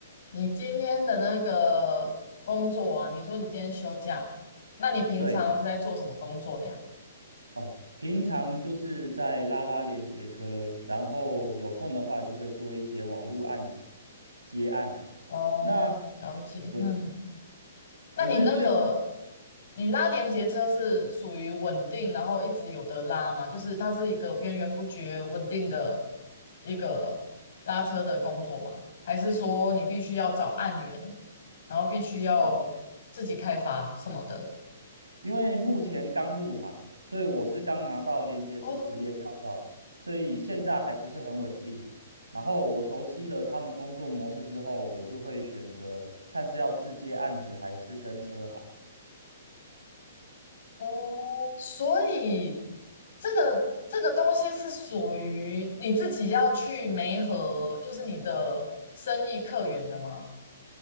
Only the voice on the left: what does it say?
你今天的那个工作啊，你说你今天休假，那你平常是在做什么工作的呀？
哦，
了解，
嗯，那你那个
你拉连接车是属于稳定，然后一直有得拉吗？就是它是一个源源不绝、稳定的一个拉车的工作吗？还是说你必须要找案源，然后必须要自己开发什么的？
哦。
哦，所以这个这个东西是属于你自己要去媒合，就是你的生意客源的吗？